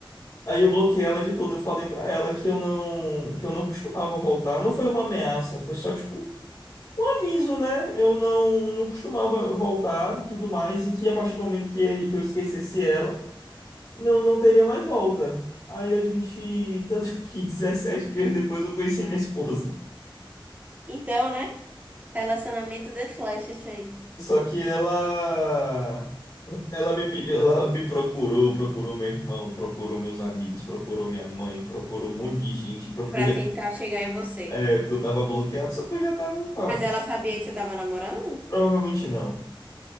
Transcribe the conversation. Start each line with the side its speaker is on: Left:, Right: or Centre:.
Left: Aí eu bloqueei ela de tudo. Eu falei pra ela que eu não, que eu não costumava voltar. Não foi uma ameaça, foi só tipo um, um aviso, né? Eu não, não costumava voltar, tudo mais, e que a partir do momento que, que eu esquecesse ela, não, não teria mais volta. Aí a gente, <laughs> tanto que 17 dias depois eu conheci minha esposa.
Right: Então, né? Relacionamento de flash isso aí.
Left: Só que ela ela me pe- ela me procurou, procurou meu irmão, procurou meus amigos, procurou minha mãe, procurou um monte de gente, porque
Right: Pra
Left: eu já,
Right: tentar chegar em você.
Left: é, porque eu tava bloqueado, só que eu já tava, ó,
Right: Mas ela sabia que você tava namorando?
Left: provavelmente não,